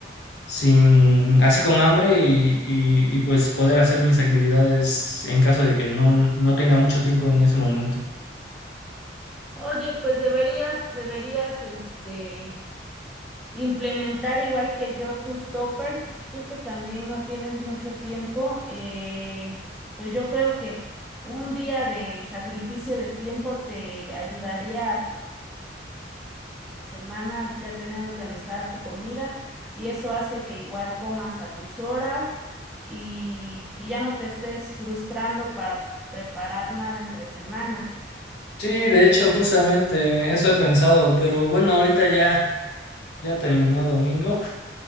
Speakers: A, on the left; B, in the centre.
A: sin, así con hambre y, y, y pues poder hacer mis actividades en caso de que no, no tenga mucho tiempo en ese momento.
B: Oye, pues deberías, deberías, este, implementar igual que yo tus toppers, tú que también no tienes mucho tiempo, eh, pues yo creo que un día de sacrificio de tiempo te ayudaría a tu semana ya tener organizada tu comida y eso hace que igual comas a tus horas y, y ya no te estés frustrando para preparar nada entre semana.
A: Sí, de hecho, justamente eso he pensado, pero bueno, ahorita ya, ya terminó domingo,